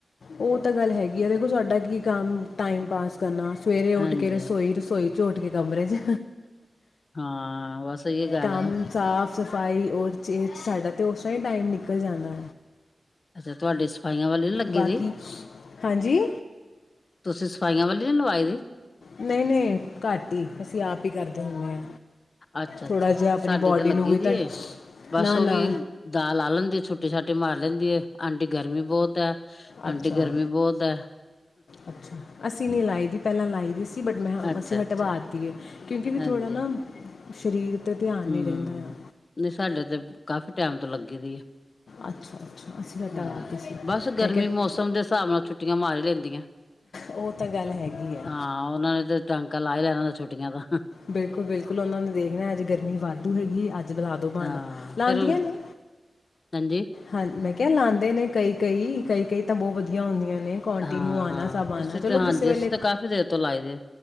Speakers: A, on the left (about 80°); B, on the left (about 45°).
A: ਉਹ ਤਾਂ ਗੱਲ ਹੈਗੀ ਏ, ਦੇਖੋ ਸਾਡਾ ਕੀ ਕੰਮ ਟਾਈਮ ਪਾਸ ਕਰਨਾ, ਸਵੇਰੇ ਉੱਠ
B: ਹਾਂਜੀ
A: ਕੇ ਰਸੋਈ- ਰਸੋਈ ਚਝੋ ਉੱਠ ਕੇ, ਕਮਰੇ 'ਚ
B: ਹਾਂ ਬਸ ਇਹ ਗੱਲ
A: ਕੰਮ
B: ਨਾ
A: ਸਾਫ ਸਫ਼ਾਈ ਉਹ ਚੇ, ਸਾਡਾ ਤਾਂ ਉਸ ਤਰ੍ਹਾਂ ਹੀ ਟਾਈਮ, ਨਿਕਲ ਜਾਣਾ
B: ਅੱਛਾ, ਤੁਹਾਡੇ ਸਫਾਈਆਂ ਵਾਲੀ? ਨੀ ਲੱਗੀ
A: ਬਾਕੀ
B: ਦੀ
A: ਹਾਂਜੀ
B: ਤੁਸੀਂ, ਸਫਾਈਆਂ ਵਾਲੀ ਨਹੀ ਲਵਾਈ ਦੀ?
A: ਨਹੀਂ -ਨਹੀਂ ਘੱਟ ਈ, ਅਸੀਂ ਆਪ ਹੀ ਕਰਦੇ ਆ ਹਾਂ
B: ਅੱਛਾ-ਅੱਛਾ
A: ਥੋੜ੍ਹਾ ਜਿਹਾ ਆਪਣੀ
B: ਸਾਡੇ
A: ਬਾਡੀ
B: ਤੇ ਲੱਗੀ
A: ਨੂੰ ਵੀ
B: ਦੀ
A: ਤਾਂ
B: ਏ, ਬਸ
A: ਨਾ
B: ਉਹ
A: ਨਾ
B: ਵੀ ਦਾਅ ਲਾ ਲੈਂਦੀ, ਛੁੱਟੀ-ਛਾਟੀ ਮਾਰ ਲੈਂਦੀ ਏ, ਆਂਟੀ ਗਰਮੀ ਬਹੁਤ
A: ਅੱਛਾ
B: ਆਂਟੀ, ਗਰਮੀ ਬਹੁਤ ਐ
A: ਅੱਛਾ ਅਸੀਂ ਨਹੀਂ ਲਾਈ ਦੀ, ਪਹਿਲਾਂ ਲਾਈ ਦੀ ਸੀ। ਬਟ ਮੈਂ
B: ਅੱਛਾ
A: ਅਸੀਂ
B: ਅੱਛਾ
A: ਹਟਵਾਤੀਏ ਕਿਉਂਕਿ, ਵੀ
B: ਹਾਂਜੀ
A: ਥੋੜਾ ਨਾ, ਸਰੀਰ ਤੇ ਧਿਆਨ
B: ਹੂੰ,
A: ਨਹੀਂ ਰਹਿੰਦਾ ਆ
B: ਨਹੀਂ ਸਾਡੇ ਤੇ ਕਾਫੀ ਟਾਈਮ ਤੋਂ, ਲੱਗੀ ਦੀ ਏ
A: ਅੱਛਾ ਅੱਛਾ ਅਸੀਂ ਹਟਾਤੀ
B: ਹਾਂ,
A: ਸੀ
B: ਬਸ ਗਰਮੀ
A: ਮੈਂ ਕਿਹਾ
B: ਮੌਸਮ ਦੇ ਹਿਸਾਬ ਨਾਲ, ਛੁੱਟੀਆਂ ਮਾਰ ਲੈਂਦੀਆਂ
A: ਉਹ ਤਾਂ ਗੱਲ ਹੈਗੀ ਆ
B: ਹਾਂ, ਉਹਨਾਂ ਨੇ ਤੇ ਟਾਂਕਾ ਲਾ ਲੈਣਾ, ਛੁੱਟੀਆਂ ਦਾ
A: ਬਿਲਕੁਲ-ਬਿਲਕੁਲ ਉਹਨਾਂ ਨੇ ਦੇਖਣਾ, ਅੱਜ ਗਰਮੀ, ਵਾਧੂ ਹੈਗੀ ਅੱਜ ਜਦੋਂ ਲਾਦੋ ਬਾਨਾ,
B: ਹਾਂ
A: ਲਾਦੀਆਂ
B: ਫੇਰ
A: ਨੇ
B: ਹਾਂਜੀ।
A: ਹਾਂ, ਮੈਂ ਕਿਹਾ ਲਾਉਂਦੇ ਨੇ, ਕਈ-ਕਈ, ਕਈ-ਕਈ, ਮੋਮਬੱਤੀਆਂ ਹੁੰਦੀਆਂ ਨੇ ਕੰਟੀਨਿਊ
B: ਹਾਂ-ਹਾਂ
A: ਆਣਾ ਸਭ ਆਣਾ
B: ਅ
A: ਚਲੋ
B: ਤੇ ਹਾਂਜੀ,
A: ਕਿਸੇ ਵੇਲੇ
B: ਅਸੀਂ ਤਾਂ ਕਾਫ਼ੀ ਦੇਰ ਤੋਂ ਲਾਈ ਦੇ ਆ